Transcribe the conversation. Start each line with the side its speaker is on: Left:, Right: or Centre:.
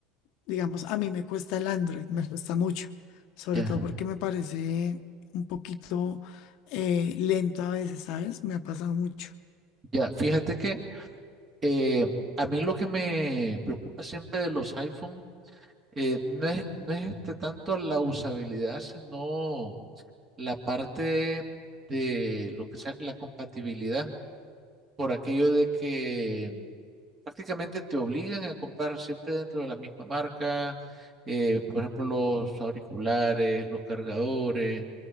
Left: Digamos, a mí me cuesta el Android, me cuesta mucho, sobre
Right: Ya,
Left: todo porque me parece un poquito eh, lento a veces, ¿sabes? Me ha pasado mucho.
Right: ya, fíjate que eh, a mí lo que me preocupa siempre de los iPhone eh, no es, no es este tanto la usabilidad, sino la parte de lo que sea la compatibilidad, por aquello de que prácticamente te obligan a comprar siempre dentro de la misma marca, eh, por ejemplo, los auriculares, los cargadores,